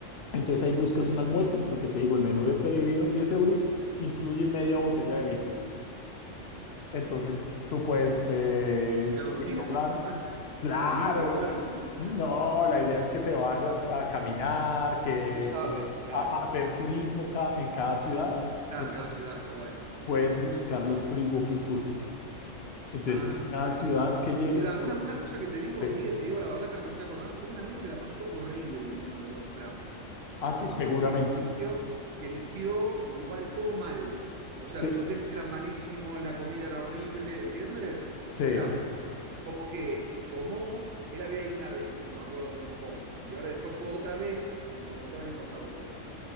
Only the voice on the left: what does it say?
Entonces ahí buscas un almuerzo, lo que te digo, el menú de peregrino, 10 euros, incluye media botella de vino. Entonces tú puedes eh,
dialogar.
Claro.
No, la idea es que te vayas a caminar, que
vayas
a, a hacer turismo ca- en cada ciudad.
Entonces
puedes buscar los free walking tour. Entonces
en cada
ciudad que llegues,
te-
ah, sí,
seguramente.
Sí.
Sí.